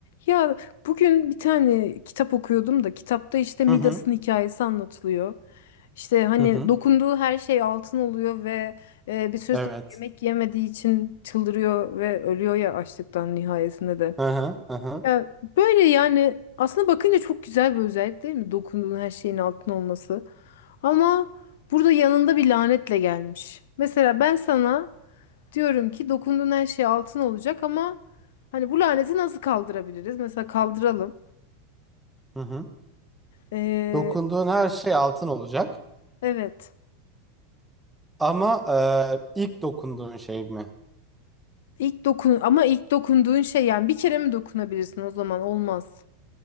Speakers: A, on the left; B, in the centre.
A: Ya bugün bir tane kitap okuyordum da kitapta işte Midas'ın
B: Hı hı.
A: hikayesi anlatılıyor. İşte hani
B: Hı hı.
A: dokunduğu her şey altın oluyor ve e, bir süre
B: Evet.
A: sonra yemek yemediği için çıldırıyor ve ölüyor ya açlıktan nihayesinde de.
B: Hı hı. Hı hı.
A: Ya böyle yani aslında bakınca çok güzel bir özellik değil mi? Dokunduğun her şeyin altın olması. Ama burada yanında bir lanetle gelmiş. Mesela ben sana Diyorum ki dokunduğun her şey altın olacak ama hani bu laneti nasıl kaldırabiliriz? Mesela kaldıralım.
B: Hı hı.
A: Ee,
B: Dokunduğun her şey altın olacak.
A: evet.
B: Ama e, ilk dokunduğun şey mi?
A: İlk dokun ama ilk dokunduğun şey yani bir kere mi dokunabilirsin o zaman olmaz.